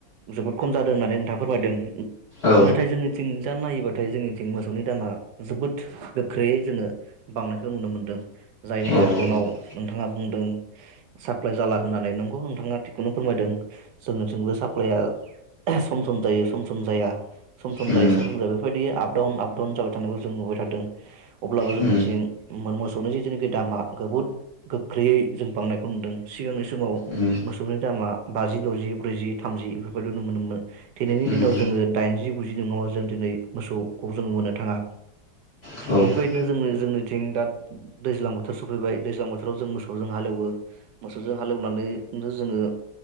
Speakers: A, on the right; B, on the left.
A: जोबोद खम जादों होननानै नोंथाङा फोरमायदों ए
B: औ
A: नाथाय जोंनि थिं जानो नायोबा नाथाय जोंनिथिं मोसौनि दामा जोबोद गोख्रैयै जोङो बांनायखौ नुनो मोनदों जायनि
B: औ
A: जाहोनाव
B: उम
A: नोंथाङा बुंदों सा लाइ जाला होननानै नोंगौ नोंथाङा थिगखौनो फोरमायदों जोंनिथिंबो साप्लइआ सम सम जायो सम सम जाया सम सम
B: उम
A: जायो सम जायो बेबायदि आब आपडाउन आपडाउन जाबाय थानायखौ जों नुबाय थादों अब्लाबो जोनिथिं
B: उम
A: मो फोनि जे जुनाखि दामा जोबोद गोख्रैयै जों बांनायखौ नुदों सिगांनो समाव
B: उम
A: मोसौनि दामा बाजि दजि ब्रैजि थामजि बेफोरबायदि नुनो मोनोमोन दिनैनि
B: उम
A: दिनाव जोङो दाइनजि गुजि नङाबा जों दिनै मोसौखौ जोङो मोननो थाङा।
B: अ जोंनिथिंथ'
A: बेफोरबायदिनो जों जोंनिथिं दा दैज्लां बोथोर सफैबाय दैज्लां बोथोराव जों मोसौजों हालेवो मोसौजों हालेवनानैनो जोङो